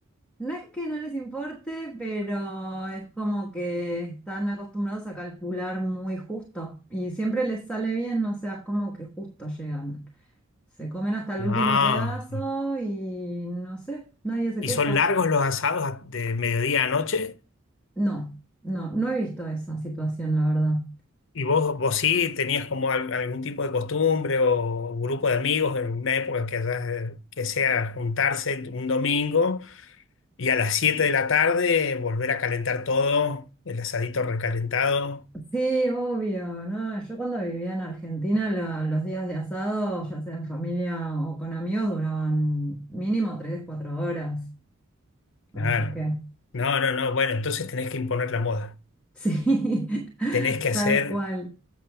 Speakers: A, in the centre; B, on the left (about 65°).
A: No es que no les importe, pero es como que están acostumbrados a calcular muy justo y siempre les sale bien, o sea, es como que justo llegan. Se comen hasta el
B: No.
A: último pedazo y no sé, nadie se
B: Y
A: queja.
B: son largos los asados a- de mediodía a noche.
A: No, no, no he visto esa situación, la verdad.
B: Y vos, vos sí tenías como al- algún tipo de costumbre o grupo de amigos en una época que, haya- que sea juntarse un domingo y a las 7 de la tarde volver a calentar todo, el asadito recalentado.
A: Sí, obvio, ¿no? Yo cuando vivía en Argentina, la- los días de asado, ya sea en familia o con amigos, duraban mínimo tres, cuatro horas.
B: Claro.
A: Así que,
B: No, no, no. Bueno, entonces tenés que imponer la moda.
A: sí, <laughs>
B: Tenés que hacer
A: tal cual.